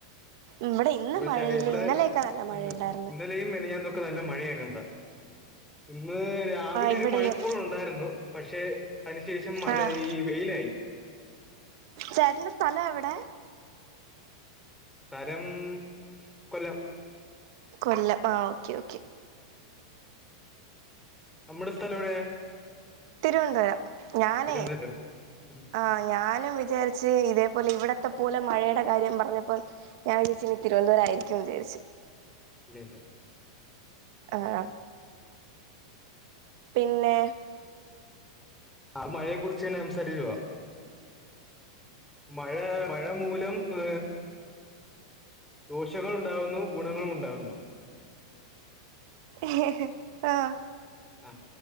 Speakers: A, on the right; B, in the centre.
A: ഇവിടെ ഇന്ന് മഴയില്ല
B: ശ ഇവിടെ
A: ഇന്നലെയൊക്കെ നല്ല മഴയുണ്ടായിന്ന്.
B: ഇന്ന് ഇന്നലെയും മെനഞ്ഞാന്നൊക്കെ നല്ല മഴയായിരുന്നു ഇവിടെ. ഇന്ന് രാവിലെ
A: ഇവിടെയും
B: ഒരു മഴക്കോള് ഉണ്ടായിരുന്നു പക്ഷെ അതിനുശേഷം മഴ
A: ആഹ്
B: ഈ വെയിലായി.
A: ചേട്ടന്റെ സ്ഥലം എവിടെ?
B: തരം കൊല്ലം.
A: കൊല്ലം ആ ഓക്കെ ഓക്കെ
B: നമ്മുടെ സ്ഥലം എവിടെയാ?
A: തിരുവനന്തപുരം ഞാനേ
B: തിരുവനന്തപുരം. ഉം
A: ആഹ ഞാനും വിചാരിച്ച് ഇതേപോലെ ഇവിടത്തെ പോലെ മഴയുടെ കാര്യം പറഞ്ഞപ്പ ഞാൻ വിചാരിച്ച്ഇ തിരുവനന്തപുരായിരിക്കും വിചാരിച്ചു.
B: അല്ലല്ല
A: ആഹ പിന്നെ
B: ആ മഴയെ കുറിച്ച്ന്നെ സംസാരിക്കുവാ. മഴ മഴ മൂലം ഹ ദോഷങ്ങള് ഉണ്ടാവുന്നു ഗുണങ്ങളും ഉണ്ടാവുന്നു.
A: ആഹ
B: ആ